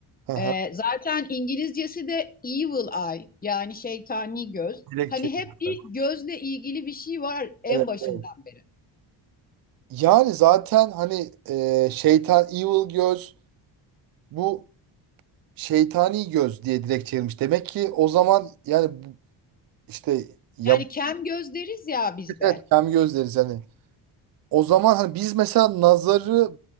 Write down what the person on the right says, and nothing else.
Hı hı.
direkt
çeviriyorlar.
Evet,
evet.
Yani zaten hani e, şeytan evil göz bu şeytani göz diye direkt çevirmiş. Demek ki o zaman yani bu- işte ya
evet kem göz deriz hani O zaman hani biz mesela nazarı